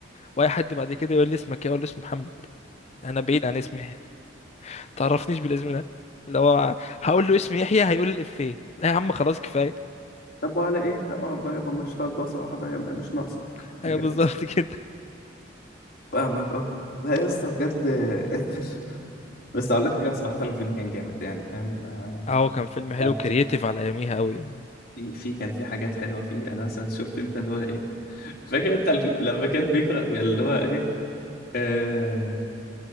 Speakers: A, on the left; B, on the left.
A: واي حد بعد كده يقول لي اسمك ايه اقول له اسمي محمد انا بعيد عن اسمي يحيى تعرفنيش بالاسم ده لو هقول له اسمي يحيى هيقول لي الافيه لا يا عم خلاص كفايه
B: طب وعلى ايه لا اقعد بقى يابا مش طالبه صراحه بقى يا- مش ناقصك
A: <laughs> ايوه
B: بجد
A: بالظبط كده
B: فاهمك اه لا يا اسطى بجد <laughs> بس اقول لك حاجه بصراحه الفيلم كان جامد يعني فاهم آه،
A: اهو كان فيلم حلو
B: لا
A: كرييتيف
B: في
A: على اياميها قوي يعني
B: في في- كان في حاجات حلوه فيه انا مثلا شفت انت اللي هو ايه فاكر انت ال- لما كان بيقرا اللي هو ايه آه